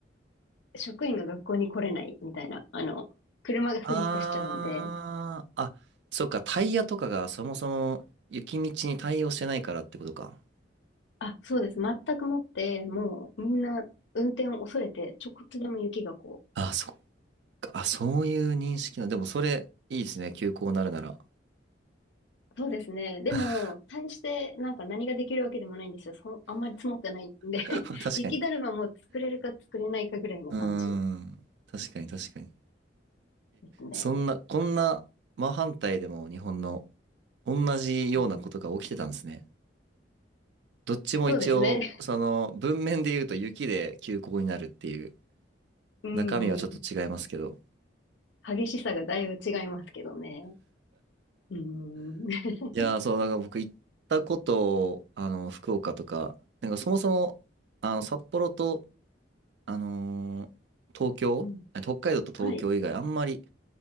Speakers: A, on the left (about 75°); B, on the right (about 60°).
A: 職員が学校に来れないみたいな、あの、車がスリップしちゃうんで、
B: ああー、あ、そっか、タイヤとかがそもそも雪道に対応してないからってことか。
A: あ、そうです。全くもって、もうみんな運転を恐れて、ちょこっとでも雪がこ
B: あ、そっか、あ、そういう認識な。でもそれ、いいですね、休校になるなら。
A: う、そうですね。でも、
B: <laughs>
A: 大してなんか何ができるわけでもないんですよ。そ、あんまり積もってないんで
B: 確かに。
A: <laughs> 雪だるまも作れるか作れないかぐらいの感じ
B: うーん。確かに確かに。
A: ですね。
B: そんな、こんな真反対でも日本の同じようなことが起きてたんですね。
A: うん、
B: どっちも一応、
A: そうですね。
B: その文面で言うと雪で休校になるっていう
A: うんうん。
B: 中身はちょっと違いますけど。
A: 激しさがだいぶ違いますけどね。うん。<laughs>
B: いやー、そう、なんか僕行ったこと、あの、福岡とか、なんかそもそも、あの、札幌と、あのー東京、
A: うん。
B: あ北海道と東京以外あんまり
A: はい。